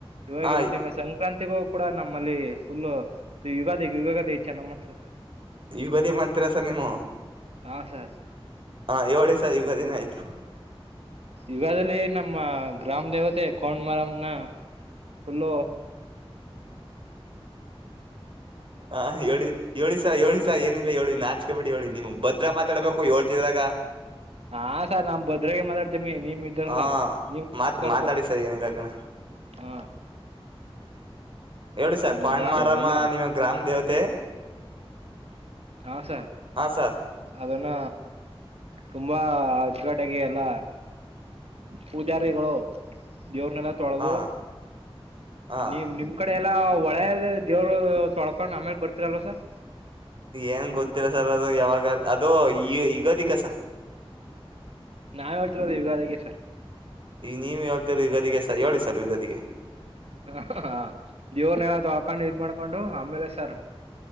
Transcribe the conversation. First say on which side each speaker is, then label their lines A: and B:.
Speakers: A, on the right (about 90°); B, on the right (about 60°).
A: ಇವಾಗ
B: ಹಾ
A: ಹೇಳ್ತವಿ ಮ ಸಂಕ್ರಾಂತಿ ಗ ಕೂಡ ನಮ್ಮಲ್ಲಿ ಫುಲ್ ಯುಗಾದಿ ಯುಗದೇ ಚೆನ್ನ ಮಾಡ್ತಾರೆ ಸರ್
B: ಯುಗದಿನ ಹತ್ರಸರ್ ನಿಮ್ಮ
A: ಹಾ ಸರ್
B: ಹ ಏಳ ಸ ಯುಗ ದಿನ ಆಯ್ತು
A: ಯುಗಾದದಲ್ಲಿ ನಮ್ಮ ಗ್ರಾಮ ದೇವತೆ ಕೋೊಂಡ ಮರಮನ ಫುಲ್ಲ
B: ಹ ಹೇಳಏಳು ಏಳು ಸ ಏಳು ಏನಿಲ್ಲ ಹೇಳಿ ನಾಚು ಕಬಡ್ಡಿ ಹೇಳಿ ನೀಮ ಭದ್ರ ಮಾತಾಡ್ಬೇಕು ಹೇಳ್ತಿದಾಗ
A: ಹಾ ಸರ್ ನಮ್ ಭದ್ರಗೆ ಮಾತಾಡ್ತೀನಿ. ನಿಮ್ ಇದ್ದಾರಲ್ಲ
B: ಹಾ
A: ನಿಮ್
B: ಮಾತ್
A: ಹಸ್ಕಬೇಕು
B: ಮಾತಾಡಿ ಸರ್ ಏನಿಲ್ಲ ಕಣ
A: ಹ.
B: ಹೇಳಿ ಸರ್
A: ನಮ್
B: ಕ್ವಾಂಡ್ಮಾರಮ್ಮ
A: ಗ್ರಾಮ ಎಲ್ಲಾ
B: ನಿಮಗ ಗ್ರಾಮ್ ದೇವತೆ.
A: ಹಾ ಸ.
B: ಹಾ ಸ
A: ಅದನ್ನ ತುಂಬಾ ಅಚ್ಚಗಟ್ಟಾಗಿ ಎಲ್ಲ ಪೂಜಾರಿಗಳು. ದೇವ್ರನೆಲ್ಲ ತೊಳದು
B: ಹಾ ಹಾ
A: ನೀವು ನಿಮ್ ಕಡೆ ಎಲ್ಲ ಹೊಳೆಯಲ್ಲಿ ದೇವರು ತೊಳ್ಕೊಂಡ್ ಆಮೇಲ್ ಬರ್ತೀರಲ್ವಾ ಸರ್.
B: ಏನ್ ಗೊತ್ತಿಲ್ಲ ಸರ್ ಅದು ಯಾವಾಗ ಅದು ಈ ಯುಗಾದಿಗೆ ಸರ್.
A: ನಾವ್ ಹೇಳ್ತಿರೋದು ಯುಗಾದಿಗೆ ಸರ್.
B: ಈಗ್ ನೀವ ಹೇಳ್ತಿರ ಯುಗದಿಗೆ ಸರ್ ಹ್ಯೋಳಿ ಸರ್ ಯುಗದಿಗೆ.
A: ಹ ಹ ದೇವ್ರನೆಲ್ಲ ತಿಳಿಕೊಂಡ ಇದ್ ಮಾಡಕೊಂಡು ಆಮೇಲೆ ಸರ್.